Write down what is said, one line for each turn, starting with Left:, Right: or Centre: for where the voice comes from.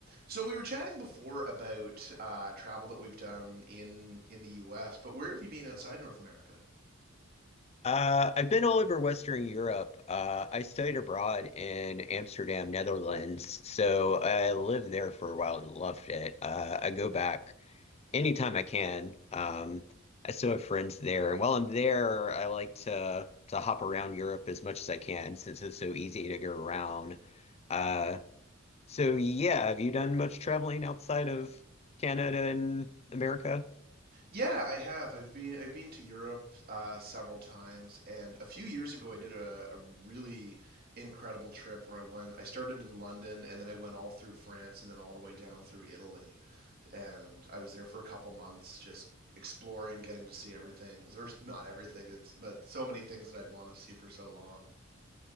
Right: So we were chatting before about uh, travel that we've done in in the U.S., but where have you been outside North America?
Left: Uh, I've been all over Western Europe. Uh, I studied abroad in Amsterdam, Netherlands. So I lived there for a while and loved it. Uh, I go back anytime I can. Um, I still have friends there. And while I'm there, I like to to hop around Europe as much as I can since it's so easy to go around. Uh, so yeah, have you done much traveling outside of Canada and America?
Right: Yeah, I have. I've been I've been to Europe uh, several times, and a few years ago I did a, a really incredible trip where I went. I started in London, and then I went all through France, and then all the way down through Italy, and I was there for a couple months just exploring, getting to see everything, or not everything, it's but so many things that I'd wanted to see for so long.